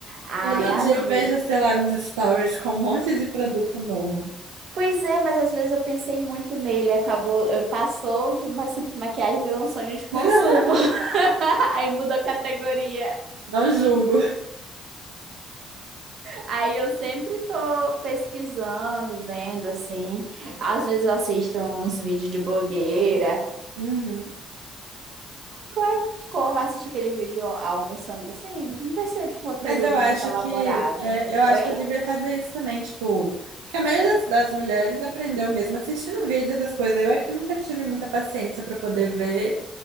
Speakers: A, on the right; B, on the right.
A: Ai,
B: Todo
A: às
B: dia eu
A: vezes.
B: vejo, sei lá, nos stories com um monte de produto novo.
A: Pois é, mas às vezes eu pensei muito nele, acabou, eh, passou de uma simples maquiagem, virou um sonho de consumo.
B: <laughs>
A: <laughs> Aí mudou a categoria.
B: Não julgo.
A: Aí eu sempre tô pesquisando, vendo assim. Às vezes eu assisto uns vídeos de blogueira.
B: Uhum.
A: Qual- Como assistir aquele vídeo almoçando assim? Não precisa de conteúdo
B: Mas eu acho
A: muito elaborado.
B: que é, eu
A: Oi?
B: acho que eu devia fazer isso também, tipo, porque a maioria das, das mulheres aprendeu mesmo assistindo vídeos, essas coisas. Eu é que nunca tive muita paciência para poder ver